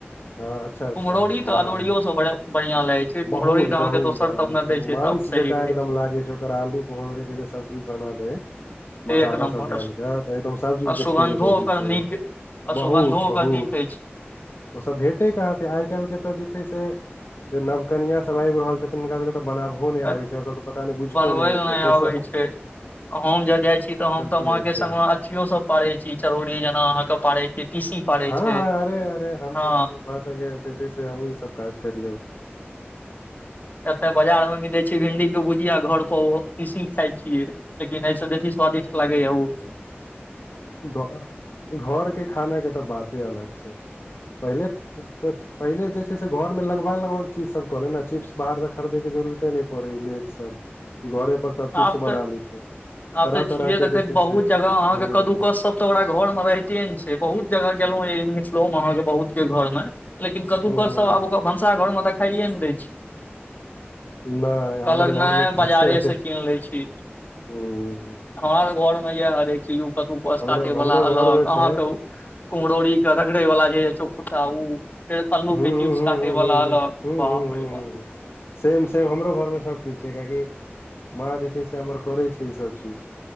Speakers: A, on the left (about 65°); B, on the left (about 40°).
A: हँ अच्छा अच्छा
B: कुमहरोड़ी
A: महग
B: अदौड़ियो स ब बढ़ियां लागै छै कुम्हरौरी
A: बहुत
B: तऽ अहाँके
A: बहुत
B: दोसर सबमे दै छै
A: मांस
B: तब सही
A: जकाँ
B: रहै
A: एकदम लागै छै ओकर आलू कुम्हरौङी सब्जी बना दै
B: छै
A: मसाला
B: एक नम्बर
A: सब डालिक तऽ एकदम सब चीज
B: आ
A: के
B: सुगन्धो
A: फेल कऽ
B: ओकर
A: दै छै
B: नीक
A: ओ
B: आ
A: बहुत-बहुत
B: सुगन्धो ओकर नीक अछि
A: ओसभ भेटै कहाँ छै आइ-काल्हि जे छै से नवकनियाँ सभ आबि रहल छथिन, हुनका सभके बना हो नहि
B: अरे
A: आब छै सब त पता नहि बुझतो
B: बनबै
A: नहि हेथिन
B: लए
A: ओ
B: आबै
A: सब
B: छै हम ज जाय छी तऽ हम तऽ
A: की
B: अहा
A: होइ
B: के
A: छै
B: सग मे अथियो सब पारै छी चरौरी जेना अहा के पारे छी तीसी पारै
A: हँ
B: छै
A: हँ अरे अरे हमु
B: हँ
A: हमु मा संगे ई सब काज कर
B: एतय बाजार में मिलै छै भिंडी के भुजिया घर पर किसी खाय छियै लेकिन आई स बेसि स्वादिष्ट लागे ए उ
A: घर-घरके खाना के तऽ बाते अलग छै पहिले। तऽ पहिले जे छै से घर में लगभग लगभग चीज सब कले ने चिप्स बाहर से खरदे के जरुरत ने परै लिय सब ई घरे पर सब चिप्स
B: आब
A: बना
B: तऽ
A: लेते
B: आब
A: तरह
B: तऽ
A: तरह
B: छियै
A: के
B: देखै
A: जे छै
B: बहुत
A: से
B: जगह अहाँके
A: हूँ
B: कदू कस सब तऽ ओकरा घर में रहिते ने छै बहुत जगह गेलों मिथिलों मे अहाँके बहुत के घर मे लेकिन कदू
A: हूँ
B: कस
A: हूँ
B: सभ आब ओकर भनसाघरमे देखाइए नै दै छै
A: नहि हमर
B: कहलकनाय
A: घरमे तऽ
B: बाजारसँ
A: छै
B: कि किन लै छी
A: हूँ
B: खान ध्यान मे ये हारेची यो कदूकस
A: हमरो
B: काटे
A: हमरो
B: वाला अलग
A: घरमे छै
B: अहाँके कुड़ीरी क रगड़े वला जे खूटा ओ फेर अल्लूके
A: हूँ
B: चिप्स
A: हूँ
B: काटे
A: हूँ हूँ
B: वला अलग
A: हूँ हूँ
B: बापड़े
A: हूँ हूँ
B: बा
A: हूँ सेम सेम हमरो घर मे सब किछु छै किआकि माँ जे छै से हमर करे छै ई सब चीज